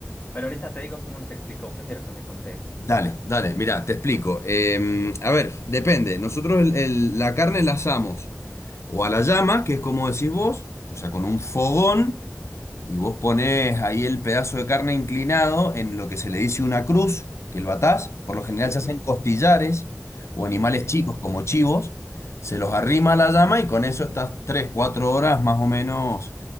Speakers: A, on the left; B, on the left.
A: pero ahorita te digo cómo nos explicó, prefiero que me contes.
B: Dale, dale, mira, te explico. Em, a ver, depende. Nosotros el- el- la carne la asamos. O a la llama, que es como decís vos, o sea, con un fogón, y vos ponés ahí el pedazo de carne inclinado en lo que se le dice una cruz, que lo atás. Por lo general
A: Ujú.
B: se hacen costillares o animales
A: Sí,
B: chicos como chivos, se los arrima a la llama y con eso estás tres cuatro horas más o menos